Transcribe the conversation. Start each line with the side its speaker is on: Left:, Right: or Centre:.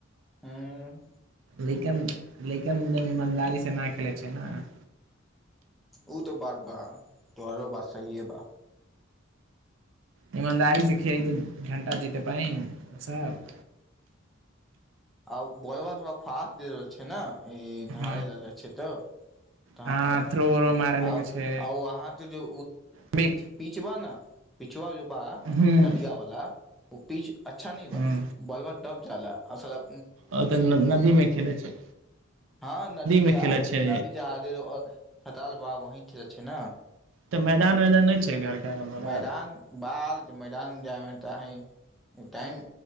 Centre: हँ
Right: लेकिन लेकिन एकदम ईमानदारीसँ नइ खेलै छै न
Centre: उ तऽ बात बा तोहरो बात सहीये बा
Right: इमानदारी सिखियत घंटा जित पाई उ सब
Centre: आ बोलबा थोड़ा फास्ट दे रहल छै न ई
Right: ह
Centre: हारे लगले छ तऽ त
Right: हँ थ्रो उरो मारे लगै छै
Centre: उ अहाँके जे
Right: हूँ
Centre: पीचबा न <unintelligible> बा
Right: हँ
Centre: नदिया वालला ओ पिच अच्छा नी
Right: हूँ
Centre: बा बॉलवर डब जााला आओ सलाह
Right: ओ तऽ नदी मे खेलै छै
Centre: हँ नदी त
Right: मे खेले छै
Centre: नदी त आगे खताल बा वही खेलै छी न
Right: तऽ मैदान वदान नइ छै घर के अगल बगल
Centre: मैदान बाल छै जान जाय मे चाही टाइम